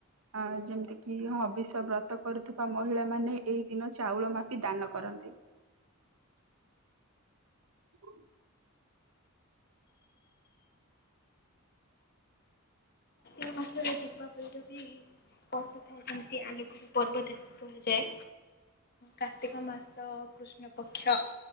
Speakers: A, on the right; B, on the left.
A: ଆ ଯେମିତି କି କି ହବିଷ ବ୍ରତ କରୁଥିବା ମହିଳା ମାନେ ଏଇ ଦିନ ଚାଉଳ ମାପି ଦାନ କରନ୍ତି। <unintelligible>
B: କାର୍ତ୍ତିକ ମାସ ରେ ଦୀପାବଳି ଯଦି ପର୍ବ ଥାଏ ଯେମିତି ଆଲୋକର ପର୍ବ ତାକୁ କୁହାଯାଏ। କାର୍ତ୍ତିକ ମାସ କୃଷ୍ଣ ପକ୍ଷ